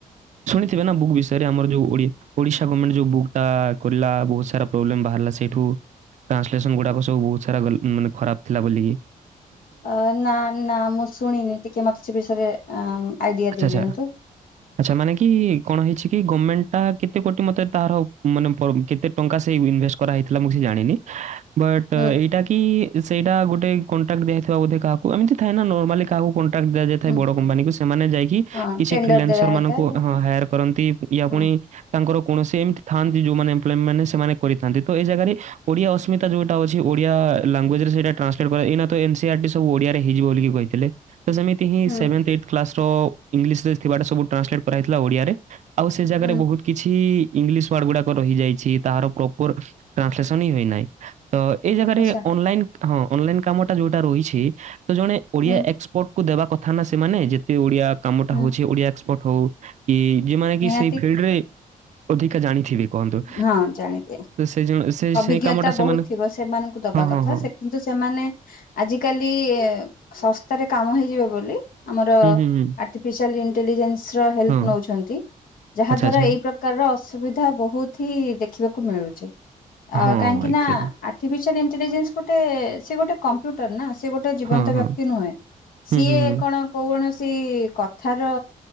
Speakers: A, on the right; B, on the left.
A: ଶୁଣିଥିବେ ନା ବୁକ୍ ବିଷୟରେ ଆମର ଯୋଉ ଓଡିଆ ଓଡିଶା ଗଭର୍ଣମେଣ୍ଟ ଯୋଉ ବୁକ୍ ଟା କରିଲା ବହୁତ ସାରା ପ୍ରୋବ୍ଲେମ୍ ବାହାରିଲା ସେଇଠୁ ଟ୍ରାନ୍ସଲେସନ୍ ଗୁଡାକ ସବୁ ବହୁତ ସାରା ଗଲ ମାନେ ଖରାପ ଥିଲା ବୋଲିକି।
B: ଅ ନା ନା ମୁଁ ଶୁଣିନି ଟିକେ ମତେ ସେ ବିଷୟରେ ଆ ଆଇଡିଆ
A: ଆଚ୍ଛା
B: ଦେଇଦିଅନ୍ତୁ।
A: ଆଚ୍ଛା ଆଚ୍ଛା ମାନେ କି କଣ ହେଇଛି କି ଗଭର୍ଣ୍ଣମେଣ୍ଟ ଟା କେତେ କୋଟି ମତେ ତାର ମାନେ କେତେ ଟଙ୍କା ସେଇ ଇନଭେଷ୍ଟ କରା ହେଇଥିଲା ଜାଣିନି ବଟ୍
B: ହୁଁ
A: ଏଇଟା କି ସେଇଟା ଗୋଟେ କଟାକ୍ଟ ଦିଆଥିବା ବୋଧେ କାହାକୁ ଏମିତି ଥାଏ ନା ନର୍ମାଲି କାହାକୁ କଣ୍ଟ୍ରାକ୍ଟ ଦିଆଯାଇଥାଏ
B: ହୁଁ
A: ବଡ କମ୍ପାନୀକୁ ସେମାନେ ଯାଇକି
B: ହଁ
A: କିଛି
B: ଟେଣ୍ଡର
A: ଫିଲାନନ୍ସରାନଙ୍କୁ
B: ଦେଲା ରହିଥାଏ
A: ହଁ ହାୟର କରନ୍ତି ୟା
B: ହଁ
A: ପୁଣି ତାଙ୍କର କୌଣସି ଏମିତି ଥାନ୍ତି ଯୋଉମାନେ ଏପ୍ଲୋଇ ମାନେ ସେମାନେ କରିଥାନ୍ତି ତ ଏ ଜାଗାରେ ଓଡିଆ ଅସ୍ମିତା ଯୋଟା ଅଛି ଓଡିଆ ଲାଙ୍ଗୁଏଜ୍ ରେ ସେ ଟାନ୍ସଲେଟ କରିବା ଏଇନା ତ ଏମସିଆରଟି ଓଡିଆରେ ହେଇଯିବ ବୋଲିକି କହିଥିଲେ ସେମି ତି ହିଁ
B: ହୁଁ
A: ସେଭେଥ ଏଇଥ୍ କ୍ଲାସର ଇଂଲିଶ ଥିବାଟା ସବୁ ଟ୍ରାନସଲେଟ୍ କରାହେଇଥିଲା ଓଡ଼ିଆରେ ଆଉ ସେ ଜାଗାରେ
B: ହୁଁ
A: ବହୁତ କିଛି ଇଂଲିଶ ୱାର୍ଡ ଗୁଡାକ ରହିଯାଇଛି ତାହାର ପ୍ରପର ଟ୍ରାନ୍ସଲେସନ୍ ହିଁ ହୋଇନାହିଁ ତ ଏଇ ଜାଗାରେ
B: ଆଚ୍ଛା
A: ଅନଲାଇନ ହଁ ଅନଲାଇନ କାମ ଟା ଯୋଉଟା ରହିଛି ତ ଜଣେ ଓଡିଆ
B: ହୁଁ
A: ଏକ୍ସପର୍ଟ କୁ ଦେବା କଥା ନା ସେମାନେ ଯେ କେ ଓଡିଆ କାମଟା
B: ହୁଁ
A: ହଉଛି ଓଡିଆ ଏକ୍ସପର୍ଟ ହଉ କି ଯୋଉମାନେ କି
B: ନିହାତି
A: ସେଇ ଫିଲ୍ଡ ରେ ଅଧିକା ଜାଣିଥିବି କହନ୍ତୁ
B: ହଁ ଜାଣିଦିଏ
A: ସେ ଜଣ ସେ
B: ଅଭିଜ୍ଞତା
A: ସେଇ କାମଟା ସେମାନେ
B: ବହୁତ ଥିବ ସେମାନଙ୍କୁ ଦବା
A: ହଁ,
B: କଥା
A: ହଁ, ହଁ।
B: ସେ କିନ୍ତୁ ସେମାନେ ଆଜିକାଲି ଶସ୍ତାରେ କାମ ହେଇଯିବ ବୋଲି ଆମର
A: ହୁଁ, ହୁଁ, ହୁଁ।
B: ଆର୍ଟିଫିସିଆଲ ଇଣ୍ଟେଲିଜେନ୍ସ ର ହେଲ୍ପ
A: ହଁ,
B: ନଉଛନ୍ତି ଯାହା
A: ଆଚ୍ଛା,
B: ଦ୍ଵାରା
A: ଆଚ୍ଛା।
B: ଏଇ ପ୍ର ପ୍ରକାର ଅସୁବିଧା ବହୁତ ହି ଦେଖିବାକୁ ମିଳୁଛି। ଆ
A: ହଁ,
B: କାହିଁକି
A: ଏକ୍ଚୁଆଲି।
B: ନା ଆର୍ଟିଫିସିଆ ଇଣ୍ଟେଲିଜେନ୍ସ ଗୋଟେ ସେ ଗୋଟେ କମ୍ପ୍ୟୁ ଟର ନା ସେ ଗୋଟେ ଜୀବନ୍ତ
A: ହଁ, ହଁ।
B: ବ୍ୟକ୍ତି ନୁହେଁ
A: ହୁଁ,
B: ସିଏ
A: ହୁଁ, ହୁଁ।
B: କଣ କୌଣସି କଥାର